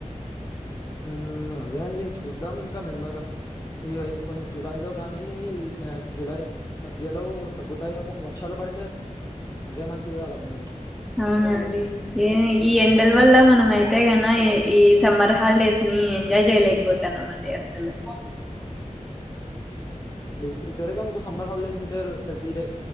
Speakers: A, on the left (about 25°); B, in the centre.
A: ఉ అదే అండి చూద్దాం ఇంకా మెల్లగా ఇ కొన్ని జులై లో గానీ మ్యాక్స్ జూలై మధ్యలో తగ్గుతాయేమో వర్షాలు పడితే అదే మంచిది కదా అందరికిీ
B: అవునండి ఏ ఈ ఎండల వల్ల మనం అయితేగాన ఈ సమ్మర్ హాలిడేస్ ని ఎంజాయ్ చేయలేకపోతాం అండి అసలు
A: ఇది త్వరగా అనుకో సమ్మర్ హాలిడేస్ అంటే ప్రతి day